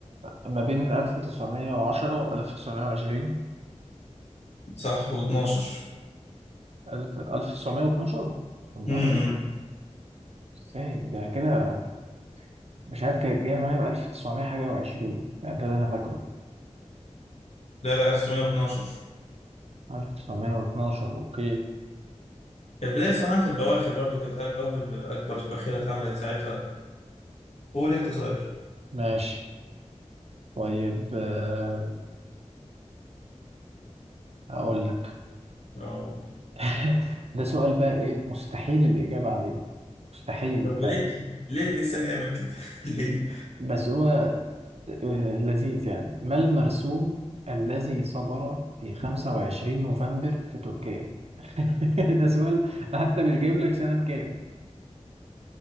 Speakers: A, on the right; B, on the left.
A: ما بين ألف تسعمية وعشرة وألف تسعمية وعشرين
B: صح و12
A: ألف ألف تسعمية واتناشر والله
B: امم
A: إيه ده ازاي ده كده مش عارف كانت جاية معايا بألف تسعمية حاجة وعشرين يعني ده اللي أنا فاكره
B: لا لا 1912
A: ألف تسعمية واتناشر أوكي
B: كانت بداية صناعة البواخر برضو كانت أك- أول أكبر باخرة اتعملت ساعتها قول أنت سؤال
A: ماشي طيب آه، هقول لك
B: اه
A: <laughs> ده سؤال بقى إيه مستحيل الإجابة عليه مستحيل
B: طب
A: فعلا
B: وليه ليه الإنسان يعمل كده؟ <laughs> ليه؟
A: م- بس هو آه، لذيذ يعني ما المرسوم الذي صدر في 25 نوفمبر في تركيا <laughs> ده سؤال حتى مش جايب لك سنة كام